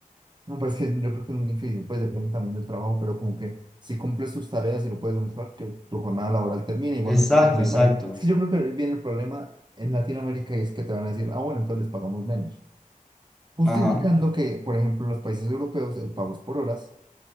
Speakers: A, on the right (about 30°); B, in the centre.
A: no, pero es que yo creo que es muy difícil, pues depende también del trabajo, pero como que si cumples tus tareas y lo puedes demostrar, que tu jornada laboral termina, igualmente
B: Exacto,
A: te siguen
B: exacto.
A: pagando. Es que yo creo que viene el problema en Latinoamérica y es que te van a decir, ah, bueno, entonces les pagamos menos. Justificando
B: Ajá.
A: que, por ejemplo, en los países europeos el pago es por horas,